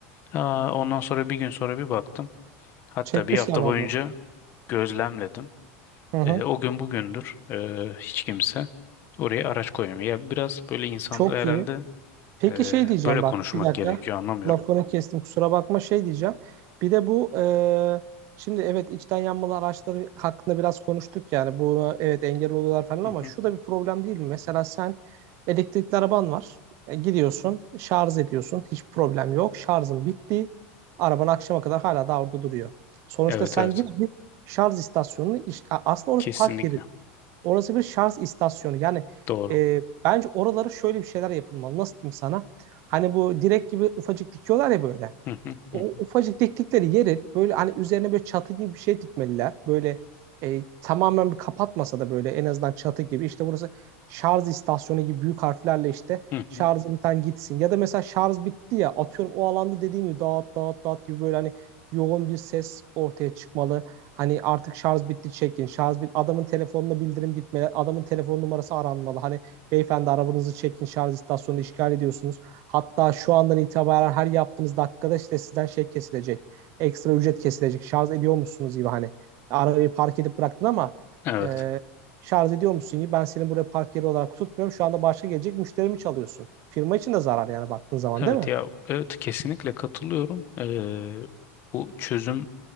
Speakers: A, on the left; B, on the right.
A: Aa, ondan sonra bir gün sonra bir baktım. Hatta
B: Çekmişler
A: bir hafta
B: vallahi.
A: boyunca gözlemledim.
B: Hı hı.
A: Ee, o gün bugündür ee, hiç kimse oraya araç koymuyor. Ya biraz böyle insanlara
B: Çok
A: herhalde
B: iyi. Peki
A: ee,
B: şey diyeceğim
A: böyle konuşmak
B: bak bir dakika
A: gerekiyor anlamıyorum.
B: lafını kestim kusura bakma şey diyeceğim. Bir de bu e, şimdi evet içten yanmalı araçları hakkında biraz konuştuk yani bu evet engel oluyorlar falan ama
A: Hı hı.
B: şu da bir problem değil mi? Mesela sen elektrikli araban var E, gidiyorsun şarj ediyorsun hiç problem yok şarjın bitti araban akşama kadar hala da orada duruyor. Sonuçta
A: Evet
B: sen
A: evet.
B: yine bir şarj istasyonunu iş- a- aslında orası
A: Kesinlikle
B: park yeri. Orası bir şarj istasyonu. Yani
A: doğru.
B: e, bence oraları şöyle bir şeyler yapılmalı. Nasıl diyeyim sana? Hani bu direk gibi ufacık dikiyorlar ya böyle.
A: Hı hı,
B: O
A: hı
B: ufacık diktikleri yerin böyle hani üzerine böyle çatı gibi bir şey dikmeliler. Böyle e, tamamen bir kapatmasa da böyle en azından çatı gibi işte burası şarj istasyonu gibi büyük harflerle işte
A: hı,
B: şarjı
A: hı hı.
B: biten gitsin. Ya da mesela şarj bitti ya atıyorum o alanda dediğin gibi dağıt dağıt dağıt gibi böyle hani yoğun bir ses ortaya çıkmalı. Hani artık şarj bitti çekin. Şarj bit adamın telefonuna bildirim gitmeli. Adamın telefon numarası aranmalı. Hani beyefendi arabanızı çekin şarj istasyonunu işgal ediyorsunuz. Hatta şu andan itibaren her yaptığınız dakikada işte sizden şey kesilecek. Ekstra ücret kesilecek. Şarj ediyor musunuz gibi hani. Arabayı park edip bıraktın ama
A: Evet.
B: e, şarj ediyor musun gibi. Ben seni buraya park yeri olarak tutmuyorum. Şu anda başka gelecek müşterimi çalıyorsun. Firma için de zarar yani baktığın zaman
A: Evet
B: değil mi?
A: ya evet kesinlikle katılıyorum. Ee, bu çözüm